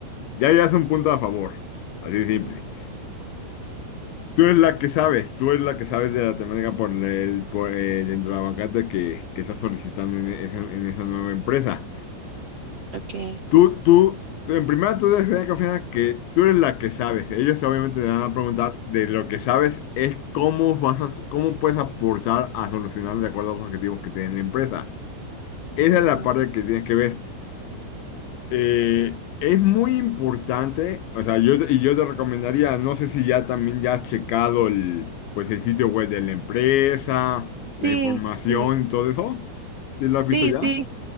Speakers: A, on the left; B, on the right.
A: ya ya es un punto a favor, así de simple.
B: Ujú,
A: Tú eres la que sabes, tú eres la que sabes de la temática por el, por el entravacante que, que estás solicitando en esa en esa nueva empresa.
B: Ok.
A: Tú, tú, tú- en primera tú debes tener confianza que tú eres la que sabes. Ellos obviamente te van a preguntar de lo que sabes es cómo vas a, cómo puedes aportar a solucionar de acuerdo a los objetivos que tiene la empresa. Esa
B: Ujú.
A: es la parte que tienes que ver. Eh, es muy importante, o sea, yo, y yo te recomendaría, no sé si ya también ya has checado el, pues el sitio web de la empresa, la
B: Sí,
A: información
B: sí,
A: y todo eso. ¿Sí lo has
B: sí,
A: visto ya?
B: sí.